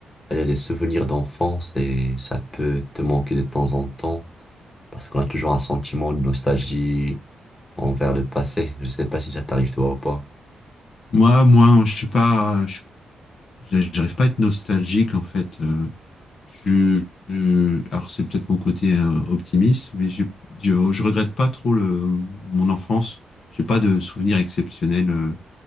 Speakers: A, on the left; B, on the left.
A: allez, des souvenirs d'enfance et ça peut te manquer de temps en temps parce qu'on a toujours un sentiment de nostalgie envers le passé. Je sais pas si ça t'arrive toi ou pas.
B: Moi, moi, je suis pas, je, suis- j'arrive pas à être nostalgique en fait. Euh, je, je- alors c'est peut-être mon côté euh, optimiste, mais j'ai- je, je regrette pas trop le, mon enfance. J'ai pas de souvenirs exceptionnels, euh,